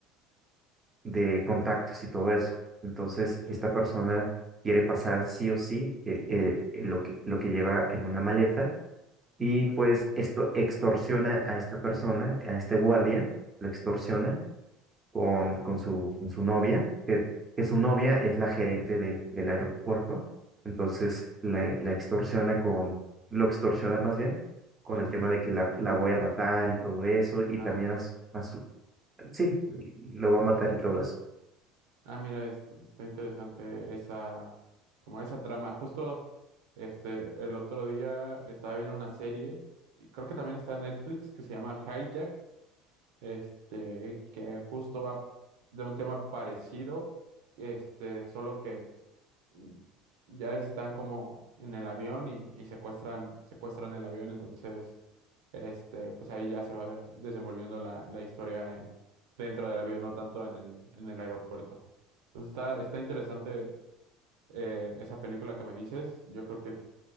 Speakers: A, on the right (about 15°); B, on the right (about 80°).
A: de contactos y todo eso. Entonces,
B: sí.
A: esta persona quiere pasar sí o sí eh, eh, eh, lo que, lo que lleva en una maleta y pues esto extorsiona a esta persona, a este guardia, lo extorsiona con, con su, con su novia, que, que su novia es la gerente del, del aeropuerto, entonces la, la extorsiona con, lo extorsiona más bien,
B: Con-
A: con el tema de que la, la voy a matar y todo eso, y
B: Ah,
A: también a, su, a su- sí, lo va a matar y todo eso.
B: ah, mira, es- está interesante esa, como esa trama. Justo este, el otro día estaba viendo una serie, y creo que también está en Netflix, que se llama Hijack. este, que justo va de un tema parecido, este, solo que mm, ya están como en el avión y, y secuestran, secuestran el avión, entonces, este, pues ahí ya se va de- desenvolviendo la, la historia en, dentro del avión, no tanto en el, en el aeropuerto. Entonces está, está interesante eh, esa película que me dices, yo creo que